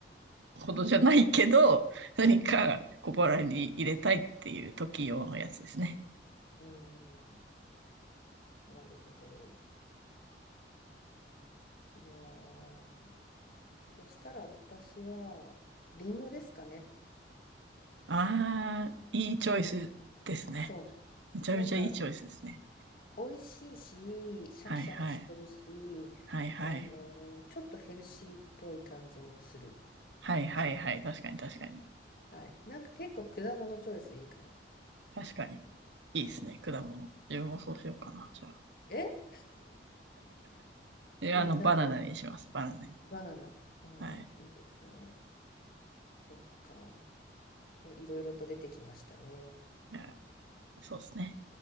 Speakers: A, on the right; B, on the left.
A: ほどじゃないけど、何か小腹に入れたいっていう時用のやつですね。
B: うんなるほど。いやー、そしたら私は、りんごですかね。
A: ああ、いいチョイスですね。
B: そ
A: めちゃめちゃいいチョイスですね。
B: う。なんか、美味しいし、シャキシャキしてるし、
A: はいはい。はいはい。
B: あの、ちょっとヘルシーっぽい感じもする。
A: はいはいはい。確かに確かに。
B: はい。なんか結構果物チョイスいいかも。
A: 確かに。いいですね、
B: うん、
A: 果物。自分もそうしようかな、じゃあ。
B: え <laughs>
A: いや、
B: え、
A: あの、
B: 何ですか
A: バナナにします、バナナに。
B: バナナ。ああ、
A: はい。
B: いいですね。そっか。そう、いろいろと出てきましたね。
A: いやそうですね。